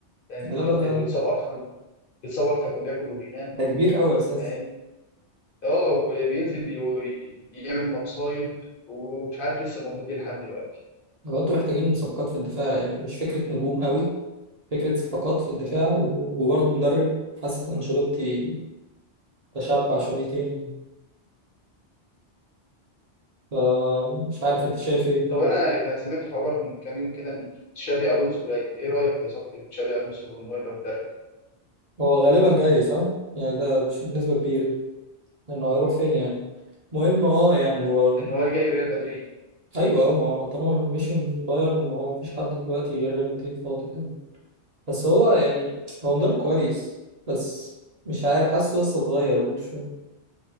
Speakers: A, on the left; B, on the right.
A: فاهم
B: لا
A: اللي بينزل
B: بقى ده
A: اللي بيتصاب اكتر بيتصاب اكتر ما بياكل وبينام
B: ده كبير قوي اساسا
A: فاهم، اه وبينزل ي- يعمل مصايب ومش عارف لسه موجود ليه لحد دلوقتي
B: هو انتوا محتاجين صفقات في الدفاع يعني مش فكره نجوم قوي فكره صفقات في الدفاع
A: مم.
B: و- وبرضو مدرب حاسس انشيلوتي تشبع شويتين يعني. فمش عارف انت شايف ايه في
A: طب
B: الموضوع
A: انا ك- سمعت خبر من كام يوم كده ان تشابي الونسو جاي ايه رايك في صفقه تشابي الونسو ان هو يبقى مدرب
B: هو غالبا جاي صح؟ يعني ده بش- بنسبة كبيرة لأنه هيروح فين يعني مهم اه يعني هو
A: ان هو جاي ريال مدريد
B: أيوه اه، ما هو طالما مشي من بايرن هو مفيش حد دلوقتي غير ريال مدريد فاضي تقريبا بس هو يعني هو مدرب
A: مم.
B: كويس بس مش عارف حاسه لسه صغير برضه شوية